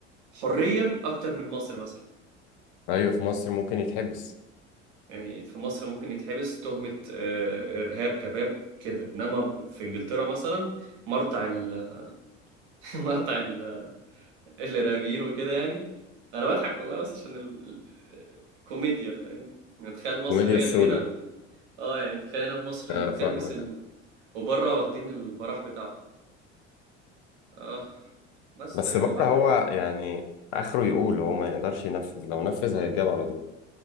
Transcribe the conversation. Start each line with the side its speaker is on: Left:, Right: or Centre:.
Right: حرية أكتر من مصر مثلا
Left: أيوة في مصر ممكن يتحبس
Right: يعني في مصر ممكن يتحبس تهمة آه، إرهاب كباب كده إنما في إنجلترا مثلا مرتع ال... <laughs> مرتع ال... الإرهابيين وكده يعني أنا بضحك والله بس عشان ال... ال- الكوميديا فاهم يعني تخيل مصر
Left: كوميديا
Right: هي
Left: السوداء
Right: اللي هنا اه يعني تخيل هنا في مصر
Left: أنا
Right: اللي بتحبس
Left: فاهمك
Right: ال... وبره واخدين البراح بتاعهم اه بس
Left: بس
Right: يعني
Left: بره
Right: راحت
Left: هو يعني آخره يقول هو ما يقدرش ينفذ لو نفذ هيتجاب على طول